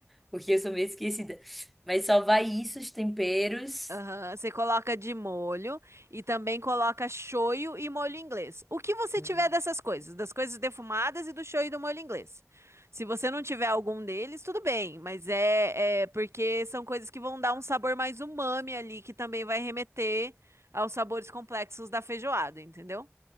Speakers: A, in the centre; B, on the right.
A: porque eu sou meio esquecida. Mas só vai isso, os temperos.
B: Aham, você coloca de molho e também coloca shoyu e molho inglês. O que você
A: Hum,
B: tiver dessas coisas, das coisas defumadas e do shoyu e do molho inglês. Se você não tiver algum deles, tudo bem, mas é, é porque são coisas que vão dar um sabor mais umami ali, que também vai remeter aos sabores complexos da feijoada, entendeu?